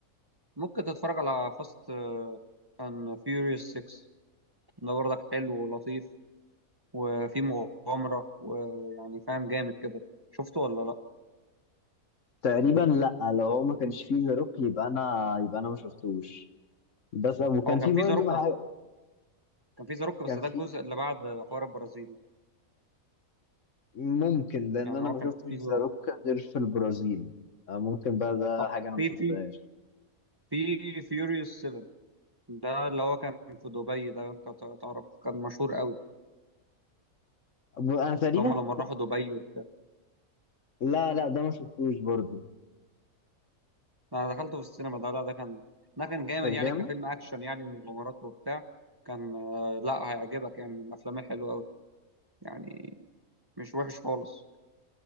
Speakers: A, on the right; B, on the left.
A: ممكن تتفرج على فاست اند فيوريوس 6 ده برضك حلو ولطيف وفي مغامرة و- ويعني فاهم جامد كده شفته ولا لا
B: تقريبا لا لو هو ما كانش فيه زروك يبقى انا يبقى انا ما شفتوش بس وكان
A: هو كان
B: في برضه
A: في زاروك اصلا
B: حاجه
A: كان في زاروك بس
B: كان
A: ده
B: في
A: الجزء اللي بعد حوار البرازيل
B: ممكن لان
A: يعني
B: انا
A: هو
B: ما
A: كان
B: شفتش
A: في
B: زاروك
A: زاروك
B: غير في البرازيل آه، ممكن بقى ده
A: طب
B: حاجه انا
A: في
B: ما شفتهاش
A: في في فيوريوس 7 ده اللي هو كان في دبي ده انت تعرف كان مشهور قوي
B: أبو- انا تقريبا
A: اللي هم لما راحوا دبي
B: لا لا ده ما شفتوش برضه
A: انا دخلته في السينما ده لا ده كان ده كان جامد
B: كان
A: يعني
B: جامد
A: كفيلم اكشن يعني ومغامرات وبتاع كان آه، لا هيعجبك يعني من الافلام الحلوه قوي يعني مش وحش خالص